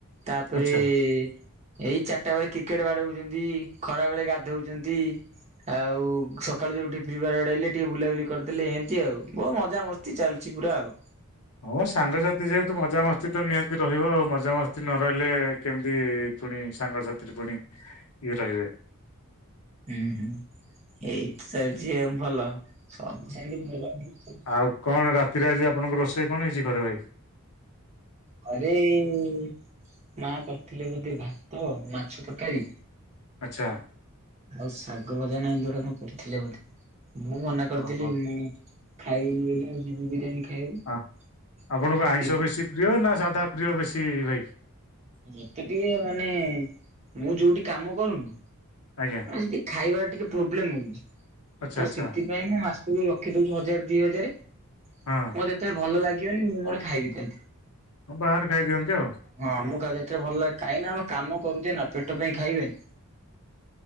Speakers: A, on the right; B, on the left.
A: ତାପରେ-'
B: ଆଚ୍ଛା।
A: ଏଇ ଚାରିଟା ବେଳେ କ୍ରିକେଟ ବାଡଉଛନ୍ତି, ଖରା ବେଳେ ଗାଧୋଉଛନ୍ତି। ଆଉ ସ ସକାଳୁ ଉଠି କି ଫ୍ରି ଫ୍ୟାୟର ବାଡ଼ାଇଲେ, ଟିକେ ବୁଲାବୁଲି କରିଦେଲେ। ଏମିତି ଆଉ ବହୁ ମଜାମସ୍ତି ଚାଲିଛି ପୁରା ଆଉ।
B: ହଁ ମ ସାଙ୍ଗସାଥି ଯେହେତୁ ମଜାମସ୍ତି ତ ନିହାତି ରହିବ ଆଉ। ମଜାମସ୍ତି ନ ରହିଲେ କେମିତି ଫୁଣି ସାଙ୍ଗସାଥିରେ ଫୁଣି ଇଏ ରହିବେ।
A: ହୁଁ ହୁଁ। ଏଇତି ଚାଲିଛି ଆଉ ଭଲ, ସବୁ ସେମିତି ଭଲ।
B: ଆଉ କଣ ରାତିରେ ଆଜି ଆପଣଙ୍କ ରୋଷେଇ କଣ ହେଇଛି ଘରେ ଭାଇ?
A: ଘରେ ମା କରିଥିଲେ ବୋଧେ ଭାତ, ମାଛ ତରକାରୀ।
B: ଆଚ୍ଛା।
A: ଆଉ ଶାଗ ଭଜା ନା ଏମିତି ଗୋଟେ କଣ କରିଥିଲେ ବୋଧେ। ମୁଁ ମନା କରିଦେଲି
B: ଓହୋ।
A: ମୁଁ ଖାଇବିନି ବୋଲେ, ଆଯିି ବିରିୟାନୀ ଖାଇବାକୁ
B: ଅ ଆପଣଙ୍କୁ
A: ଆଉ
B: ଆଇଁଷ
A: ସେଥିପାଇଁ
B: ବେଶୀ ପ୍ରିୟ ନା ସାଧା ପ୍ରିୟ ବେଶୀ ଭାଇ?
A: ମତେ ଟିକେ ମାନେ ମୁଁ ଯୋଉଠି କାମ କରୁନି
B: ଆଜ୍ଞା।
A: ଏଠି ଖାଇବାର ଟିକେ ପ୍ରୋବ୍ଲେମ ହଉଚି।
B: ଆଚ୍ଛା
A: ତ
B: ଆଚ୍ଛା।
A: ସେଥିପାଇଁକା ମାସକୁ ରଖି ଦଉଚି ହଜାର ଦିହଜାର,
B: ହଁ
A: ମତେ ମତେ ଭଲ ଲାଗିବନି ମୁଁ ମୋର ଖାଇବି ଖାଲି।
B: ହଁ ବାହାରେ ଖାଇଦିଅନ୍ତି ଆଉ?
A: ହଁ ମୁଁ ଖାଉଚି ଯେତେବେଳେ ଭଲ ଲାଗେ। କାହିଁକିନା ଆମେ କାମ କରୁଚେ ନା ପେଟ ପାଇଁ ଖାଇବାନି।